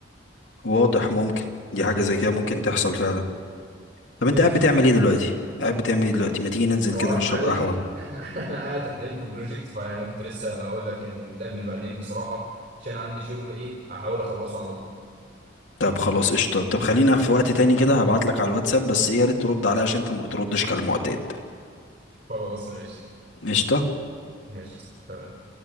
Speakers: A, on the left (about 80°); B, on the right (about 45°).
A: واضح ممكن دي حاجة زي كده ممكن تحصل فعلا طب انت
B: بس
A: قاعد بتعمل
B: فانا
A: ايه دلوقتي قاعد بتعمل ايه دلوقتي ما تيجي ننزل
B: هو
A: كده نشرب
B: حاليا
A: قهوة
B: <laughs> انا قاعد حاليا في بروجكت فانا كنت لسه اقول لك يعني نتقابل بعدين بصراحة عشان عندي شغل ايه احاول اخلصه على طول
A: طب خلاص قشطة طب خلينا في وقت تاني كده هبعت لك على الواتساب بس ايه يا ريت ترد عليا عشان انت ما بتردش كالمعتاد
B: خلاص ماشي
A: قشطة
B: ماشي تمام